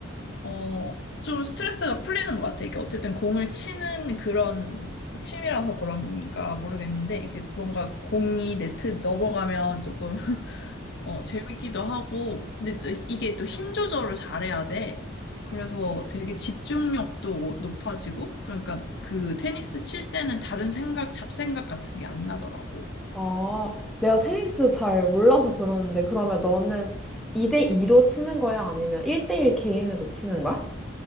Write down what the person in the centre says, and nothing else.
아, 내가 테니스 잘 몰라서 그러는데, 그러면 너는 2대2로 치는 거야? 아니면 1대1 개인으로 치는 거야?